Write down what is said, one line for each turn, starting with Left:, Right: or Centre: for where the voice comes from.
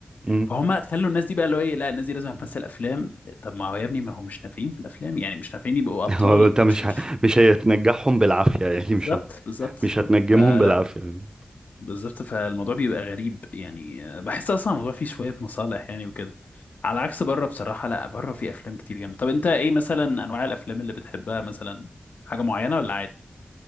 Right: امم
Left: فهم خلوا الناس دي بقى اللي هو ايه لا الناس دي لازم هتمثل افلام طب ما هو يا ابني ما هو مش نافعين في الافلام يعني مش نافعين يبقوا ابطال
Right: <laughs> هو انت مش
Left: مش مش
Right: ه... مش هتنجحهم بالعافيه يعني
Left: بالظبط
Right: مش ه...
Left: بالظبط
Right: مش هتنجمهم
Left: فلا
Right: بالعافيه يعني.
Left: بالظبط فالموضوع بيبقى غريب يعني آه، بحس اصلا الموضوع فيه شويه مصالح يعني وكده على عكس بره بصراحه لا بره في افلام كتير جامده طب انت ايه مثلا انواع الافلام اللي بتحبها مثلا حاجه معينه ولا عادي